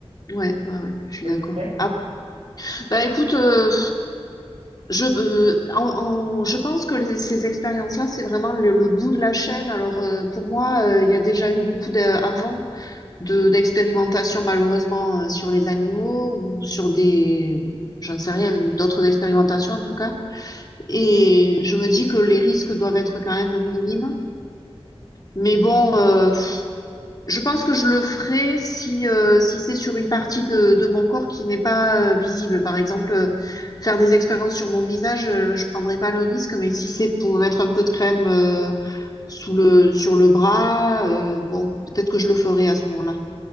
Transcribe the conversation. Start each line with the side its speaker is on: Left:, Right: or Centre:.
Left: Ouais, ouais, ouais, je suis
Right: Toi,
Left: d'accord.
Right: tu le ferais?
Left: Ah, bah écoute, euh, je, euh, en- en- je pense que les- ces expériences-là, c'est vraiment le, le bout de la chaîne. Alors euh, pour moi, euh, il y a déjà eu beaucoup d'a- avant de, d'expérimentations malheureusement euh, sur les animaux ou sur des, je ne sais rien, d'autres expérimentations en tout cas. Et je me dis que les risques doivent être quand même minimes. Mais bon, euh, Je pense que je le ferai si, euh, si c'est sur une partie de, de mon corps qui n'est pas euh, visible. Par exemple, euh, faire des expériences sur mon visage, euh, je prendrai pas le risque, mais si c'est pour mettre un peu de crème euh, sous le, sur le bras, euh, bon, peut-être que je le ferai à ce moment-là.